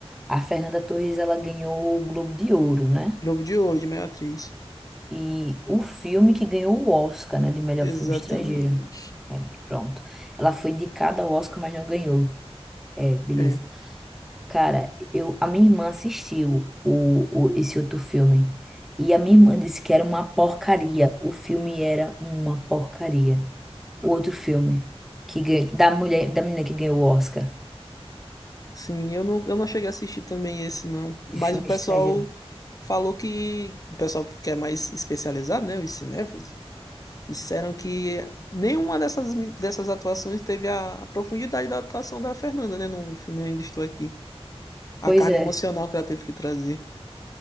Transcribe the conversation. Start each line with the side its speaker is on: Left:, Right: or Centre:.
Centre: A Fernanda Torres, ela ganhou o Globo de Ouro, né?
Left: Globo de Ouro, de melhor atriz.
Centre: E o filme que ganhou o Oscar, né, de melhor
Left: Exatamente.
Centre: filme estrangeiro. É, pronto. Ela foi indicada ao Oscar, mas não ganhou. É, beleza.
Left: É,
Centre: Cara, eu, a minha irmã assistiu o, o- esse outro filme. E a minha irmã disse que era uma porcaria. O filme era uma porcaria. o outro filme que ganha- da mulher, da menina que ganhou o Oscar
Left: sim, eu não, eu não cheguei a assistir também esse, não. Mas
Centre: de filme
Left: o pessoal
Centre: estrangeiro.
Left: falou que. O pessoal que é mais especializado, né? Os cinéfilos, disseram que nenhuma dessas, mi- dessas atuações teve a, a profundidade da atuação da Fernanda, né? No filme Ainda Estou Aqui. A
Centre: Pois
Left: carga
Centre: é,
Left: emocional que ela teve que trazer.